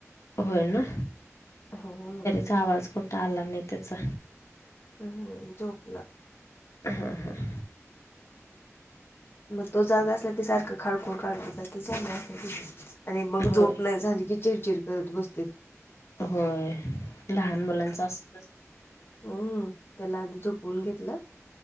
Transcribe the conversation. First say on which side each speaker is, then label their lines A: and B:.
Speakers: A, on the left; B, on the left.
A: होय ना?
B: हम्म.
A: चा आवाज कुठ आला नाही त्याचा.
B: हम् हम्म झोपला.
A: हं हं
B: मंग तो जागां असला की सांरखा खाडकोळ काडकोब ते झागलं असल्या आणि मंग
A: होय
B: झोंप नाहीं झाली की चिडचिड करतं बसते
A: होयं लहांन मुलांच असतं
B: हम्मं त्यांला आंधी झोपवूंन घेतला